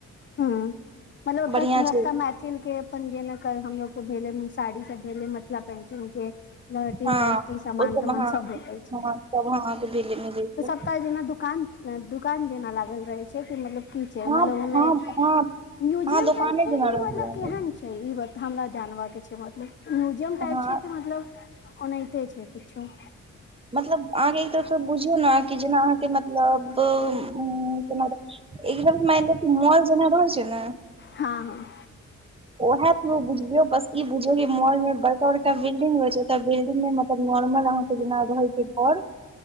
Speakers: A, on the left; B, on the right.
A: हँ मतलब ओतऽ
B: बढ़िया छै
A: मैथिल के अपन जेनेट कज हमलोग के भेले साड़ी सब भेले मिथिला पेंटिंग के लहटी
B: हँ
A: तहटी सामान
B: ओहि
A: तामान
B: हँ
A: सब भेटै छै
B: हँ सब अहाँके मिलै मिलै छै
A: तऽ सप्ताह जेना दुकान दुकान जेना लागल रहै छै कि मतलब की छै
B: हँ
A: मतलब ओईमे
B: हँ हँ
A: म्यूजियम
B: अहाँ दोकाने
A: त छै
B: जेना
A: कि
B: रोइक
A: मतलब
B: लेबै
A: केहन, छै ई बात हमरा जानब के छै मतलब म्यूजियम टाइप
B: हँ
A: छै कि मतलब, ओ नाहिते छै किछो
B: मतलब अहाँके एक तरफसँ बुझू न कि जेना अहाँके मतलब उ जेना, एक म मएल लिय जेना रहै छै ने,
A: हँ हँ
B: ओह फ्रू बुझिय बस ई बुझियौ कि मॉल मे बड़का बड़क बिल्डिंग होय छै ओ बिल्डिंग नै मतलब नॉर्मल आहाँ ओई दिना रहै छै पर